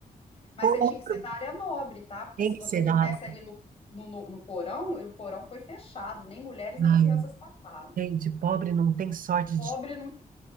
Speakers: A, on the left; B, on the right.
A: Mas
B: Outro
A: você tinha que ser da área nobre, tá? Porque
B: tem
A: se
B: que
A: você
B: ser
A: tivesse
B: da área.
A: ali no, no, no, no porão, e o porão foi fechado, nem mulheres nem
B: Ai,
A: crianças passaram.
B: gente, pobre não tem sorte
A: Pobre
B: de.
A: não